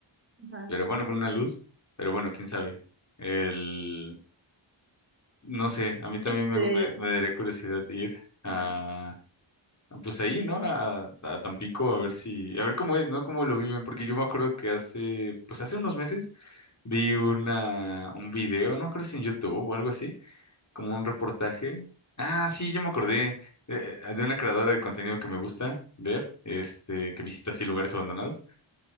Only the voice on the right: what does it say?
Ajá.
Este,
ajá.